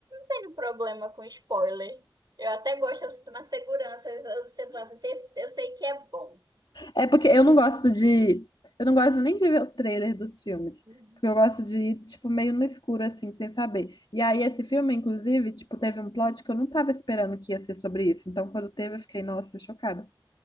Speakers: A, on the right; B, on the left.
A: tenho problema com spoiler. Eu até gosto, eu sinto uma segurança. Eu, você vai, você, eu sei que é bom.
B: É porque eu não gosto de. Eu não gosto nem de ver o trailer dos filmes.
A: Uhum.
B: Porque eu gosto de ir, tipo, meio no escuro, assim, sem saber. E aí, esse filme, inclusive, tipo, teve um plot que eu não tava esperando que ia ser sobre isso. Então, quando teve, eu fiquei, nossa, chocada.